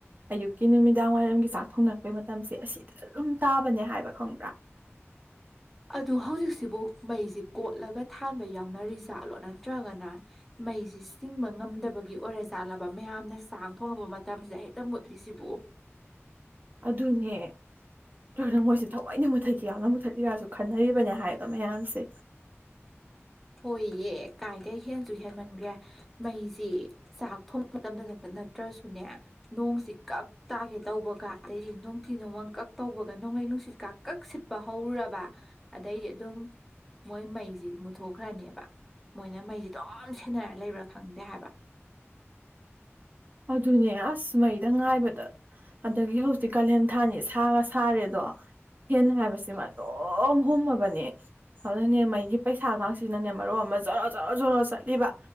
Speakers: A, on the right (about 40°); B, in the centre.
A: ꯑꯌꯨꯛꯀꯤ ꯅꯨꯃꯤꯗꯥꯡ ꯋꯥꯏꯔꯝꯒꯤ ꯆꯥꯛ ꯊꯣꯡꯅꯔꯛꯄꯩ ꯃꯇꯝꯁꯦ ꯑꯁꯤꯗꯁꯨ ꯑꯗꯨꯝ ꯇꯥꯕꯅꯦ ꯍꯥꯏꯕ ꯈꯪꯕ꯭ꯔꯥ
B: ꯑꯗꯨ ꯍꯧꯖꯤꯛꯁꯤꯕꯨ ꯃꯩꯁꯤ ꯀꯣꯠꯂꯒ ꯊꯥꯟꯕ ꯌꯥꯎꯅꯔꯤ ꯖꯥꯠꯂꯣ ꯅꯠꯇ꯭ꯔꯒꯅ ꯃꯩꯁꯤ ꯆꯤꯡꯕ ꯉꯝꯗꯕꯒꯤ ꯑꯣꯏꯔꯖꯥꯠꯂꯕ ꯃꯌꯥꯝꯅ ꯆꯥꯛ ꯊꯣꯡꯅꯕ ꯃꯇꯝꯁꯤꯗ ꯍꯦꯛꯇ ꯃꯨꯠꯂꯤꯁꯤꯕꯨ
A: ꯑꯗꯨꯅꯦ ꯑꯗꯨꯅ ꯃꯣꯏꯁꯦ ꯊꯧꯑꯣꯏꯅ ꯃꯨꯊꯠꯀꯦ ꯌꯥꯎꯅ ꯃꯨꯊꯠꯂꯤꯔꯁꯨ ꯈꯟꯅꯔꯤꯕꯅꯦ ꯍꯥꯏꯕ ꯃꯌꯥꯝꯁꯦ
B: ꯍꯣꯏꯌꯦ ꯀꯥꯏꯗꯒꯤꯩ ꯍꯦꯟꯁꯨ ꯍꯦꯟꯃꯟꯈ꯭ꯔꯦ ꯃꯩꯁꯤ ꯆꯥꯛ ꯊꯣꯡꯕ ꯃꯇꯝꯗ ꯅꯠꯇ꯭ꯔꯁꯨꯅꯦ ꯅꯣꯡꯁꯤ ꯀꯛ ꯇꯥꯒꯦ ꯇꯧꯕꯒ ꯑꯗꯩꯗꯤ ꯅꯨꯡꯊꯤ ꯅꯨꯡꯃꯪ ꯀꯛ ꯇꯧꯕꯒ ꯅꯣꯡꯂꯩ ꯅꯨꯡꯁꯤꯠꯀ ꯀꯛ ꯁꯤꯠ ꯄ ꯍꯧꯔꯨꯔꯕ ꯑꯗꯩꯗꯤ ꯑꯗꯨꯝ ꯃꯣꯏ ꯃꯩꯁꯤ ꯃꯨ ꯈ꯭ꯔꯅꯦꯕ ꯃꯣꯏꯅ ꯃꯩꯁꯤ ꯑꯗꯨꯝ ꯁꯦꯟꯅꯔ ꯂꯩꯕ꯭ꯔꯥ ꯈꯪꯗꯦ ꯍꯥꯏꯕ
A: ꯑꯗꯨꯅꯦ ꯑꯁ ꯃꯩꯗ ꯉꯥꯏꯕꯗ ꯑꯗꯒꯤ ꯍꯧꯖꯤꯛ ꯀꯥꯂꯦꯟ ꯊꯥꯅꯤ ꯁꯥꯒ ꯁꯥꯔꯦꯗꯣ ꯍꯦ ꯍꯥꯏꯕꯁꯤꯃ ꯑꯗꯨꯝ ꯍꯨꯝꯃꯕꯅꯦ ꯑꯗꯨꯅꯅꯦ ꯃꯩꯒꯤ ꯄꯩꯁꯥꯒꯁꯤꯅꯅꯦ ꯃꯔꯨꯞ ꯑꯃ ꯖꯣꯔꯣ ꯖꯣꯔꯣ ꯖꯣꯔꯣ ꯆꯠꯂꯤꯕ